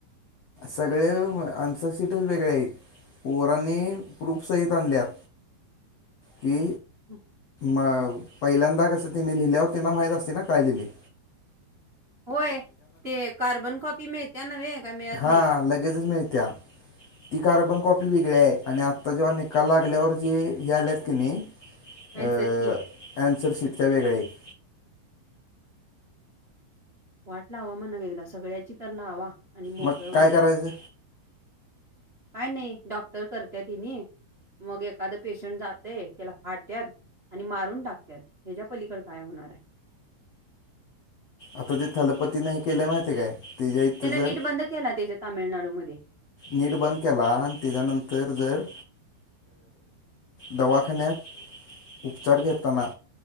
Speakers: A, on the left; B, on the right.
A: सगळे आन्सरशीटच वेगळे आहेत. पोरांनी प्रुप सहित आणल्यात की,
B: हम.
A: मग पहिल्यांदा कसं तिने लिहिल्यावर तेना माहीत असतंय ना काय लिहिलंय.
B: होय. ते कार्बन कॉपी मिळत्या नव्हे. का मिळत
A: हा,
B: नाही?
A: लगेजच मिळत्या. ती कार्बन कॉपी वेगळी आहे, आणि आत्ता जेव्हा निकाल लागल्यावर जे हे आलेत कणी. अ..
B: "ऐनसर की,
A: अन्सरशीटच्या वेगळ्या येत.
B: वाट लावा म्हणावं, एकदा सगळ्याची तर लावा. आणि मोकळं
A: मग
B: व्हा
A: काय
B: म्हणावं."
A: करायचं?
B: काय नाही डॉक्टर करत्यात हिनी, मग एखादं पेशंट जातंय त्याला फाडत्यात. आणि मारून टाकत्यात, ह्याच्या पलीकडे काय होणार आहे.
A: आता ते थलपतीन हे केलंय माहिती काय? त्याच्या इथं
B: त्यांन
A: जर
B: नीट बंद केला, त्याच्या तामिळनाडूमध्ये.
A: नीट बंद केला. त्याच्यानंतर जर, दवाखान्यात उपचार घेेताना.